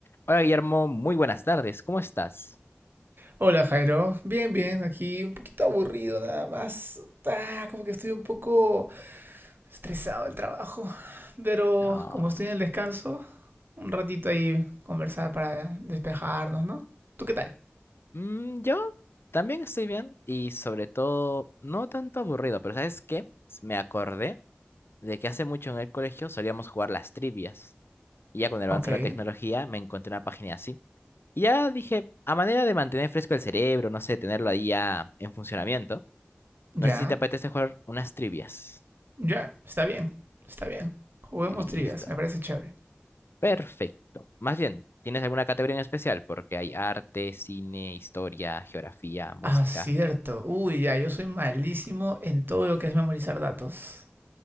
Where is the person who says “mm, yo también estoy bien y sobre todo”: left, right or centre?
Left